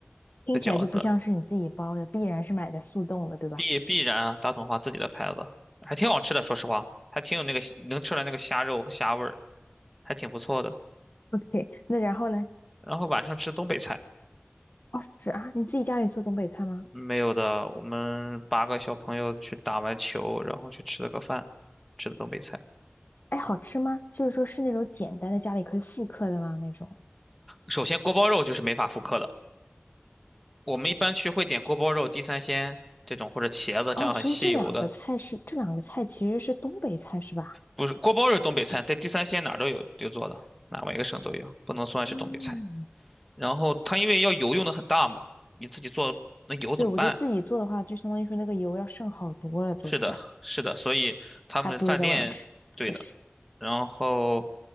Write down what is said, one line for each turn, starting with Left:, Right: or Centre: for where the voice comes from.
Left: 听起来就不像是你自己包的，
Centre: 的饺子，
Left: 必然是买的速冻的，对吧
Centre: 必必然大统华自己的牌子，还挺好吃的。说实话，还挺有那个能吃出来那个虾肉和虾味儿，还挺不错的。
Left: ？OK，<laughs> 那然后呢？
Centre: 然后晚上吃东北菜，
Left: 哦，是啊，你自己家里做东北菜吗？
Centre: 没有的，我们八个小朋友去打完球，然后去吃了个饭，吃的东北菜。
Left: 哎，好吃吗？就是说是那种简单的家里可以复刻的吗？那种？
Centre: 首先锅包肉就是没法复刻的，我们一般去会点锅包肉、地三鲜这种或者茄子这样很吸油的，
Left: 哦，所以这两个菜是这两个菜其实是东北菜是吧？
Centre: 不是锅包肉是东北菜，在地三鲜哪儿都有有做的，哪每个省都有，不能算是东北菜。
Left: 嗯，
Centre: 然后它因为要油用的很大嘛，你自己做那油怎么办？
Left: 对，我觉得自己做的话，就相当于说那个油要剩好多了，做菜
Centre: 是的，是的，所以他们饭店对的，
Left: 还不如在外面吃，确实。
Centre: 然后